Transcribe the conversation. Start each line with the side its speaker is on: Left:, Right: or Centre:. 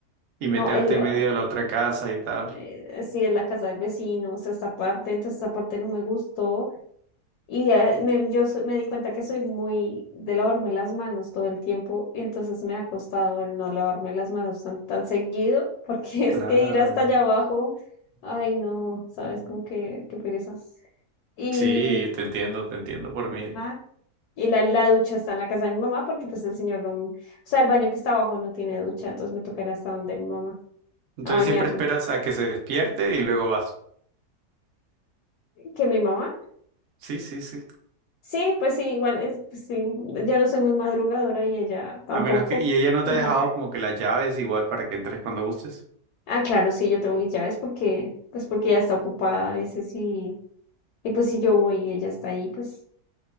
Right: y meterte
Left: No, el,
Right: en medio de la otra casa y tal.
Left: eh, sí, es la casa del vecino, o sea, esta parte, entonces esta parte no me gustó. Y eh, me- yo so- me di cuenta que soy muy de lavarme las manos todo el tiempo, y entonces me ha costado el no lavarme las manos tan, tan seguido, porque <laughs> es
Right: Claro.
Left: que ir hasta allá abajo, ay, no, sabes, como que, qué pereza. Y,
Right: Sí, te entiendo, te entiendo por mil.
Left: ajá, y la, la ducha está en la casa de mi mamá, porque pues el señor no, o sea, el baño que está abajo no tiene ducha, entonces me tocará hasta donde mi mamá,
Right: Entonces
Left: a bañarme,
Right: siempre esperas a que se despierte y luego vas.
Left: que mi mamá
Right: Sí, sí, sí.
Left: Sí, pues sí, igual, es- pues sí, yo no soy muy madrugadora y ella tampoco.
Right: A menos que... Y ella no
Left: <laughs>
Right: te ha dejado como que las llaves igual para que entres cuando gustes.
Left: Ah, claro, sí, yo tengo mis llaves porque, pues porque ella está ocupada a veces y, y pues si yo voy y ella está ahí, pues,